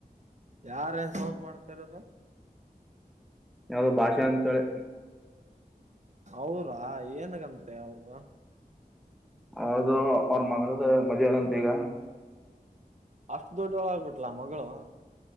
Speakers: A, on the right; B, in the centre.
A: ಯಾರೇನ್ ಸೌಂಡ್ ಮಾಡ್ತಿರೋದು?
B: ಯಾವ್ದೋ ಭಾಷ ಅಂತಳೆ.
A: ಅವ್ರಾ ಏನಗಂತೆ ಅವ್ರ್ದು.
B: ಅದು ಅವ್ರ್ ಮಗಳದ ಮಜರ್ ಅಂತಿಗ.
A: ಅಷ್ಟ್ ದೊಡ್ಡೊಳ್ ಆಗ್ಬಿಟ್ಲಾ ಮಗ್ಳು.